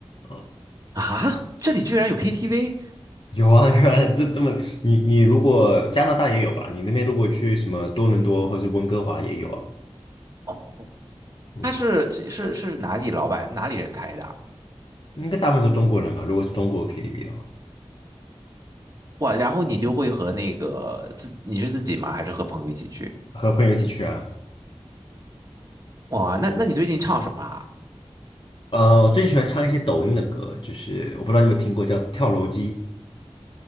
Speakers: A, on the left; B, on the right.
A: 嗯，
B: 啊？这里居然有 KTV？
A: 有啊，<laughs> 这这么，你你如果加拿大也有吧？你那边如果去什么多伦多或者是温哥华也有啊，
B: 哦，
A: 嗯，
B: 他是是是哪里老板哪里人开的啊
A: 应该大部分都中国人吧？如果是中国 KTV 的话，
B: 哇，然后你就会和那个自你是自己吗？还是和朋友一起去？
A: 和朋友一起去啊。
B: 哇，那那你最近唱什么啊？
A: 呃，我最喜欢唱一些抖音的歌，就是我不知道你们听过叫跳楼机